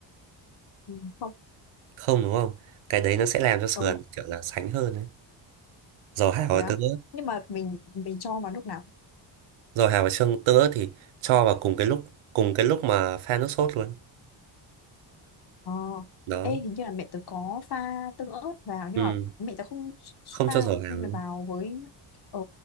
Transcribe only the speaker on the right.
không đúng không cái đấy nó sẽ làm cho sườn
kiểu là sánh hơn ấy dầu hào và
tương ớt
dầu hào và xương tương ớt thì cho vào cùng cái lúc cùng cái lúc mà pha nước sốt luôn
đó
ừ
không
cho dầu hào luôn